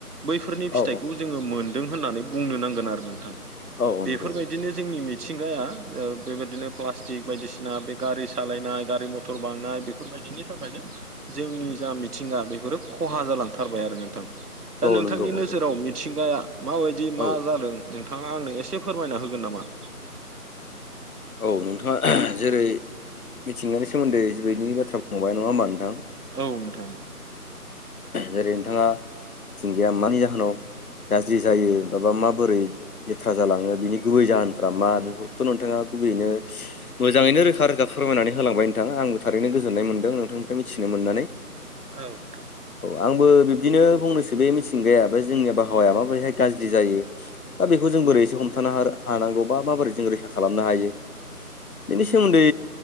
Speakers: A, on the right; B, on the left.
A: बैफोरनि फिथाइखौ
B: औ
A: जोङो मोनदों होन्नानै बुंनो नांगोन आरो नोंथां
B: औ औ
A: बेफोरबायदिनो
B: नंगौ
A: जोंनि मिथिंगाया ओ बेबायदिनो प्लास्टिक बायदिसिना बे गारि सालायनाय गारि मथर बांनाय बेफोरबाय बिनि थाखायनो जोंनि जा मिथिंगा बेफोरो खहा जालांथारबाय आरो नोंथां। दा
B: औ
A: नोंथांनि
B: नंगौ औ
A: नोजोराव मिथिंगाया माबायदि मा
B: औ
A: जादों? नोंथाङा आंनो एसे फोरमायना होगोन नामा?
B: औ नोंथाङा जेरै मिथिंगानि सोमोन्दै बेबायदिनि बाथ्रा बुंखांबाय नङा होमबा नोंथां?
A: औ नोंथां
B: जेरै नोंथाङा थिंगाया मानि जाहोनाव गाज्रि जायो बा माबोरै लेथ्रा जालाङो बिनि गुबै जाहोनफ्रा मा बेफोरखोथ' नोंथाङा गुबैयैनो मोजाङैनो रोखा रोखा फोरमायनानै होलांबाय नोंथां आंबो थारैनो गोजोन्नाय मोनदों नोंथांनिफ्राय मिथिनो मोननानै।
A: औ नोंथां
B: औ आंबो बिब्दिनो बुंनोसो बे मिथिंगाया बे जोंनि आबहावाया माबोरैहाय गाज्रि जायो। दा बेखौ जों बोरैसो हमथानो हा-हानांगौ बा माबोरै जों रैखा खालामनो हायो। बेनि सोमोन्दै